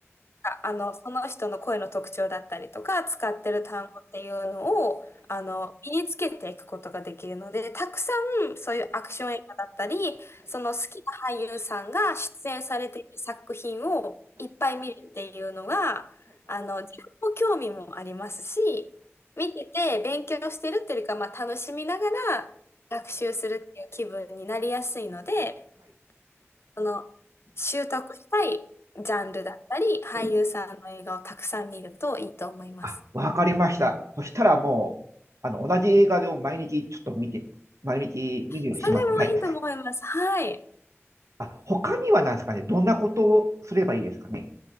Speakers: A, on the left; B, on the right.
A: ああの、その人の声の特徴だったりとか、使ってる単語っていうのを、あの、身につけていくことができるので、たくさんそういうアクション映画だったり、その好きな俳優さんが出演されている作品をいっぱい見るっていうのが、あの、自分の興味もありますし、見てて勉強してるっていうか、まあ、楽しみながら学習するっていう気分になりやすいので、その、習得したいジャンルだったり、俳優さんの映画をたくさん見るといいと思います。
B: うん。あ、わかりました。そしたらもう、あの、同じ映画を毎日ちょっと見て、毎日見るようにします。
A: それもいいと思います。
B: はい。
A: はい。
B: あ、他には何ですかね。どんなことをすればいいですかね。